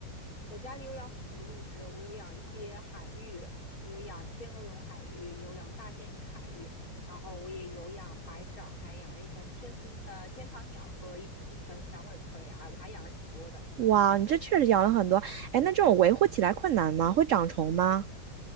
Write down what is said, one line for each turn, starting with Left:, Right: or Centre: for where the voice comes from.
Left: 我家里有养很多绿植，我有养一些海芋，我有养天鹅绒海芋，也有养大仙女海芋，然后我也有养白掌，还养了一盆天藤呃天堂鸟和一一盆散尾葵啊，我还养了挺多的。
Right: 哇，你这确实养了很多。哎，那这种维护起来困难吗？会长虫吗？